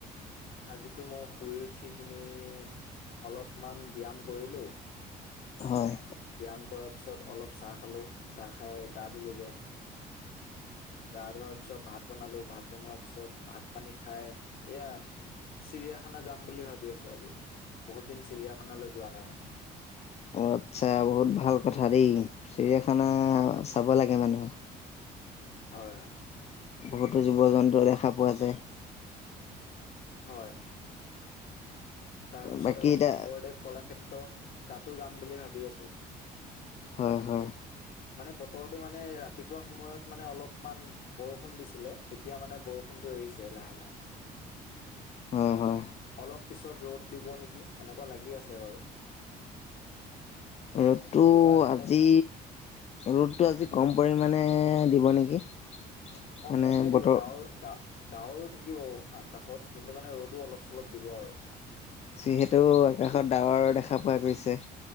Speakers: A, on the left; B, on the left.
A: আজিতো মই শুই উঠি কিিনি অলপ অমান ব্যায়াম কৰিলোঁ
B: হয়
A: ব্যায়াম কৰাৰ পিছত অলপ চাহ খালো চাহ খাই গা ধলোগে গা ধোৱাৰ পিছত ভাত বনালো ভাত বনোৱাৰ পিছত ভাত পানী খাই এয়া চিৰিয়াখানা যাম বুলি ভাবি আছো আজি বহুত দিন চিৰিয়াখানালৈ যোৱা নাই মানে
B: অঁ আচ্ছা বহুত ভাল কথা দেই চিৰিয়াখানা
A: অ
B: চাব লাগে মানুহে
A: হয় হয়
B: বহুতো জীৱ জন্তু দেখা পোৱা যায়
A: হয় তাৰপিছত
B: বাকী
A: আকৌ
B: এতিয়া
A: শংকৰদেৱ কলাক্ষেত্ৰ তাতো যাম বুলি ভাবি আছোঁ
B: হয় হয়
A: মানে বতৰটো মানে ৰাতিপুৱা সময়ত মানে অলপমান বৰষুণ দিছিলে এতিয়া মানে বৰষুণতটো এৰিছে লাহে লাহে
B: অ হয়
A: অলপ পিছত ৰ'দ দিব নেকি এনেকুৱা লাগি আছে বাৰু
B: ৰ'দটো
A: ত সেইটো কাৰণে
B: আজি
A: মানে
B: ৰ'দটো আজি কম পৰিমাণে দিব নেকি
A: অ
B: মানে
A: কমেই
B: বতৰ
A: দিব দাৱৰ দা দাৱৰো থাকিব আকাশত কিন্তু মানে ৰ'দো অলপ চলপ দিব আৰু
B: যিহেতু আকাশত ডাৱৰ দেখা পোৱা গৈছে